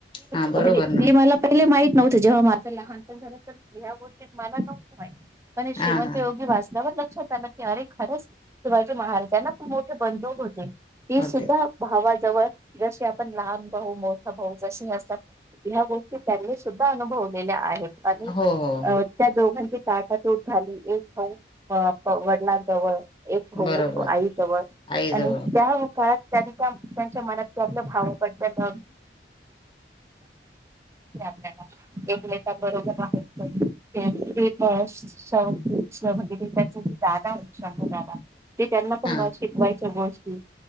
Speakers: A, on the left; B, on the right.
A: हा बरोबर
B: म्हणजे
A: ना
B: इ मला पहिले माहित नव्हतं जेव्हा माझं लहानपण झालं तर या गोष्टीत मला नव्हत्या माहित आणि श्रीमंत
A: हा हा
B: योगी वास्तवात की अे खरंच शिवाजी महाराजांना पण मोठे बंधू ती सुद्धा
A: होते
B: भावाजवळ जशी आपण लहान भाऊ मोठा भाऊ जशी असतात. ह गोष्टी त्यांनी सुद्धा अनुभवलेल्या आहेत आणि
A: हो हो
B: त्या दोघां ताट तूट झाली एक भाऊ वडलांजवळ एक भाऊ
A: बरोबर
B: आई जवळ
A: आई
B: आणि
A: जवळ
B: त्या काळात त्या त्यांच्या मनात आपलं भावबद्दल
A: <unintelligible> <inaudible>
B: आपल्याला एक बरोबर बाहेर ते पेपर्स वगैरे त्या दादा होते श ते त्यांना पण
A: हा
B: म शिकवायच्या गोष्टी.